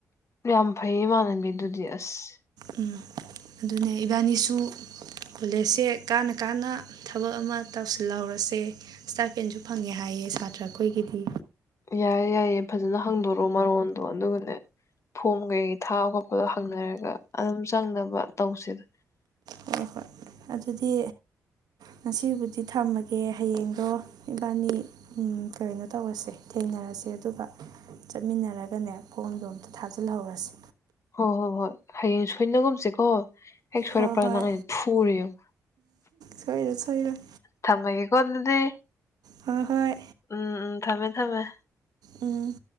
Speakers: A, on the left (about 45°); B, on the right (about 75°).
A: ꯌꯥꯝ ꯐꯩꯌꯦ ꯏꯃꯥꯟꯅꯕꯤ ꯑꯗꯨꯗꯤ ꯑꯁ꯫
B: ꯎꯝ ꯑꯗꯨꯅꯦ ꯏꯕꯥꯅꯤꯁꯨ ꯀꯣꯂꯦꯖꯁꯦ ꯀꯥꯟꯅ ꯀꯥꯟꯅ ꯊꯕꯛ ꯑꯃ ꯇꯧꯁꯤꯜꯍꯧꯔꯁꯦ ꯏꯁꯇꯥꯄꯦꯟꯁꯨ __ ꯐꯪꯉꯦ ꯍꯥꯏꯌꯦ ꯁꯥꯇ꯭ꯔ ꯑꯩꯈꯣꯏꯒꯤꯗꯤ꯫
A: ꯌꯥꯏꯌꯦ ꯌꯥꯏꯌꯦ ꯐꯖꯅ ꯍꯪꯗꯣꯔꯣ ꯃꯔꯣꯟꯗꯣ ꯑꯗꯨꯒꯅꯦ__ ꯐꯣꯝ ꯀꯩꯀꯩ ꯊꯥꯕ ꯈꯣꯠꯄꯗꯣ ꯍꯪꯅꯔꯒ ꯑꯗꯨꯝ ꯆꯪꯅꯕ ꯇꯧꯁꯤꯗ꯫
B: ꯍꯣꯏ ꯍꯣꯏ ꯑꯗꯨꯗꯤ ꯉꯁꯤꯕꯨ___ ꯍ ꯊꯝꯃꯒꯦ ꯍꯌꯦꯡꯗꯣ ꯏꯕꯥꯅꯤ__ ꯎꯝ ꯀꯩꯅꯣ ꯇꯧꯔꯁꯦ ꯊꯦꯡꯅꯔꯁꯦ ꯑꯗꯨꯒ꯫ ꯆꯠꯃꯤꯟꯅꯔꯒꯅꯦ ꯐꯣꯝꯗꯣ ꯑꯃꯝꯇ ꯊꯥꯖꯤꯜꯍꯧꯔꯁꯦ꯫
A: ꯍꯣ ꯍꯣꯏ ꯍꯣꯏ ꯍꯌꯦꯡ ꯁꯣꯏꯅꯒꯨꯝꯁꯤꯀꯣ꯫ ꯍꯦꯛ ꯁꯣꯏꯔꯛꯄꯗ
B: ꯍꯣꯏ ꯍꯣꯏ
A: ꯅꯪ ꯑꯩꯅ ꯐꯨꯔꯦ ꯌꯦꯡꯉꯨ꯫
B: ꯁꯣꯏꯔꯣꯏ ꯁꯣꯏꯔꯣꯏ
A: ꯊꯝꯃꯒꯦꯀꯣ ꯑꯗꯨꯗꯤ
B: ꯍꯣꯏ ꯍꯣꯏ
A: ꯎꯝ ꯎꯝ ꯊꯝꯃꯦ ꯊꯝꯃꯦ
B: ꯎꯝ